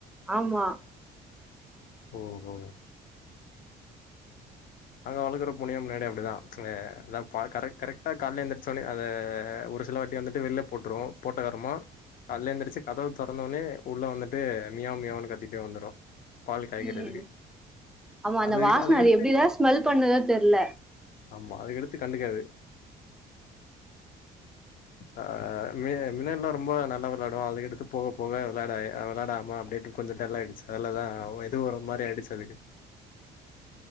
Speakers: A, in the centre; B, on the left.
A: ஆமா
B: ஓஹோ அங்க வளக்குற பூனையு முன்னாடி அப்டிதா ஆ க பா கரெட் கரெட்டா கால எந்திரச்ச ஒன்னே அது த ஒரு சில வாட்டி வந்துட்டு வெளில போட்டுரு போட்டக்கரம கால்ல எழுந்திரிச்சி கதவு தொறந்த ஒன்னே உள்ள வந்துட்டு மியா மியாவுன்னு கத்திட்டே வந்துரு பால் காய்க்கிறதுக்கு
A: ம் ஆமா அந்த
B: அது வரைக்கு
A: வாசன
B: அதுக்கடுத்து
A: அது எப்டிதா ஸ்மெல் பண்ணுதோ தெர்ல
B: ஆமா அதுக்கடுத்து கண்டுக்காது ஆ மி மின்னெல்லா ரொம்ப நல்லா விளையாடு அதுக்கடுத்து போக போக விளையாடா விளையாடாம அப்டேட்டு கொஞ்ச டல் ஆயிடிச்சி அதலதா எதோ ஒரு மாரி ஆயிடிச்சி அதுக்கு